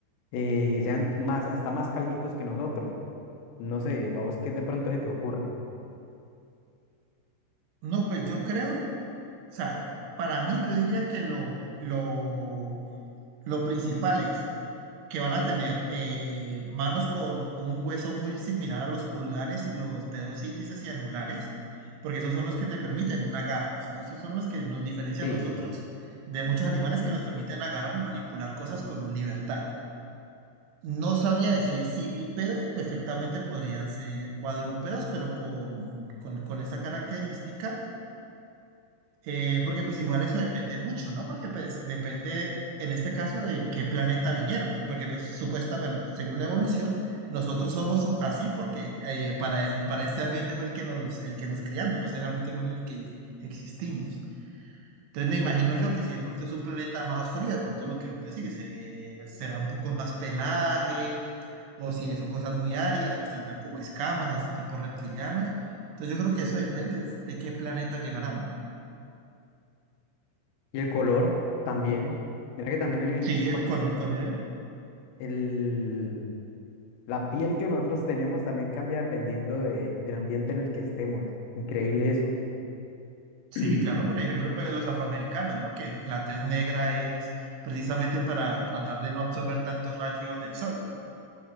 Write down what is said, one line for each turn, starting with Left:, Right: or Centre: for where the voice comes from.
Left: eh, sean más, hasta más calvitos que nosotros. No sé, vamos, ¿qué de pronto se te ocurre?
Right: No, pues yo creo. O sea, para mí yo diría que lo, lo, lo principal es que van a tener eh, manos con un hueso muy similar a los pulgares y los dedos índices y anulares, porque esos son los que te permiten un agarre. O sea, esos son los que nos diferencian
Left: Sí,
Right: a nosotros de muchos animales que nos permiten agarrar y manipular cosas con libertad. No sabría decir si bípedos, perfectamente podrían ser cuadrúpedos, pero con, con, con esa característica. Eh, porque pues igual eso depende mucho, ¿no? Porque pues depende en este caso de qué planeta vinieron, porque pues supuestamente, bueno, según la evolución, nosotros somos o- así porque eh, para, e- para este ambiente fue el que nos, el que nos criamos, este realmente fue en el que existimos. Entonces me imagino yo que si de pronto es un planeta más frío, de pronto lo que vos decís, eh, será un poco más pelaje, o si son cosas muy áridas, pues tendrán como escamas, así tipo reptilianos. Entonces yo creo que eso depende de qué planeta llegarán.
Left: Y el color también. Mira que también el,
Right: Sí, el
Left: bueno,
Right: color también.
Left: el, La piel que nosotros tenemos también cambia dependiendo de- del ambiente en el que estemos. Increíble eso.
Right: Sí,
Left: <clears throat>
Right: claro, por ejemplo, pues los afroamericanos, ¿no? Que la tez negra es precisamente para tratar de no absorber tantos rayos del sol.